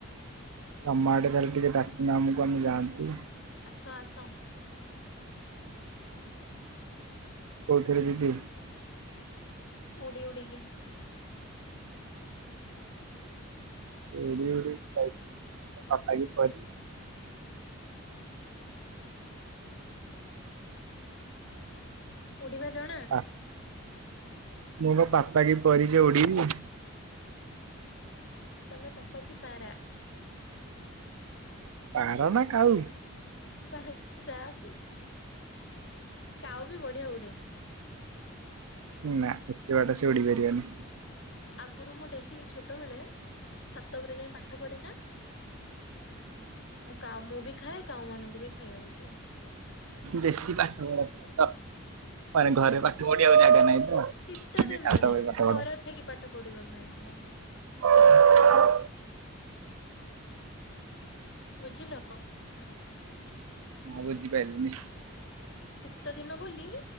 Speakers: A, on the right (about 85°); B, on the left (about 55°).
A: ତମ ଆଡ଼େ ତାହେଲେ ଟିକେ ଡାକୁନ ଆମକୁ ଆମେ ଯାଆନ୍ତୁ।
B: ଆସ ଆସ
A: କୋଉଥିରେ ଯିବି
B: ଉଡ଼ି ଉଡ଼ିିକି
A: ଉଡ଼ି ଉଡ଼ି କି ଯାଇଥାନ୍ତି, ବାପା କି ପରି
B: ଉଡ଼ିବା ଜଣା
A: ପା ମୁଁ କଣ ପାପା କି ପରି ଯେ ଉଡ଼ିବି।
B: ତମେ ପାପା କି ପାରା
A: ପାର ନା କାଲ
B: ପା ଯାହା ବିି କାଉ ବି ବଢ଼ିଆ ଉଡ଼େ
A: ନା ଏତେ ବାଟ ସେ ଉଡ଼ି ପାରିବନି।
B: ଆଗରୁ ମୁଁ ଡେଲି ଛୋଟବେଳେ ଛାତ ଉପରେ ଯାଇ ପାଠ ପଢ଼େ ନା ମୁଁ କାଉ ମୁଁ ବି ଖାଏ କାଉ ମାନଙ୍କୁ ବି ଖାଏବାକୁ ଦିଏ।
A: ବେଶୀ ପାଠ ପଢ଼ା ଥିଲା ତ ମାନେ ଘରେ ପାଠ ପଢ଼ି ଆଉ ଜାଗା ନାହିଁ। ତ।
B: ଶୀତ
A: ସେଇଥିପାଇଁ
B: ଦିନରେ
A: ଛାତ ଉପରେ ପାଠ
B: ଖରା
A: ପଢା
B: ଖାଇକି ପାଠ ପଢ଼ିବା ପାଇଁ ଯାଏ।
A: <inaudible>
B: ବୁଝିଲ।
A: ହଁ ବୁଝିପାରିଲିନି।
B: ଶୀତ ଦିନ ବୋଲି